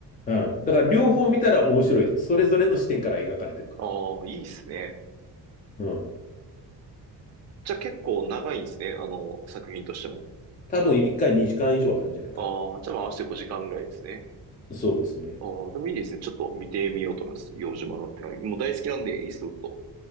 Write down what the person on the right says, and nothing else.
ああ、いいですね。
じゃあ結構長いんですね、あの、作品としても。
ああ、じゃあまあ合わせて5時間ぐらいですね。
ああ、でもいいですね。ちょっと見てみようと思います。洋島の手紙。もう大好きなんで、イーストウッド。